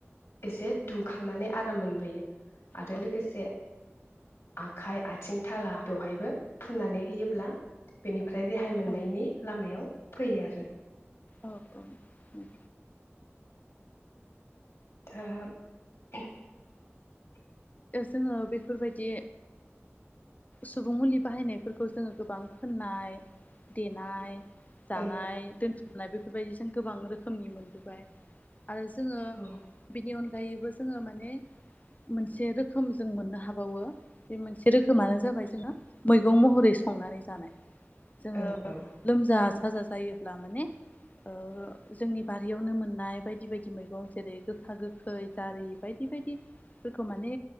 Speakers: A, on the left; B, on the left.
A: एसे दुंखांनानै आराम मोनबोयो। आरो
B: औ
A: लोगोसे आखाय आथिं थाला बेवहायबो फुननानै होयोब्ला बेनि ओमफ्राय रेहाय मोननायनि
B: औ
A: लामायाव फैयो आरो।
B: औ ओं उम।
A: थाहाब
B: जोङो बेफोरबायदि सुबुं मुलि बाहायनायफोरखौ जोङो गोबां फोननाय देनाय जानाय
A: ओं
B: दोनथु नाय बेफोरबायदिजों गोबां रोखोमनि मोनबोबाय। आरो जोङो
A: औ
B: बिनि अन गायैबो जोङो माने मोनसे रोखोम जों मोननो हाबावो बे मोनसे रोखोमानो जाबाय जोंहा मैगं महरै संनानै जानाय। जोङो
A: ओं ओं
B: लोमजा साजा जायोब्ला माने ओ जोंनि बारियावनो मोननाय बायदि बायदि मैगं जेरै गोखा गोखै जारि बायदि बायदि। फोरखो माने